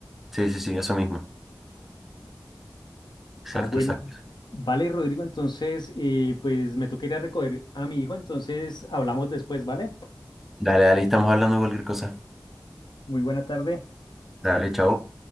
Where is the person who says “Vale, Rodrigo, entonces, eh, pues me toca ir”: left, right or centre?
Left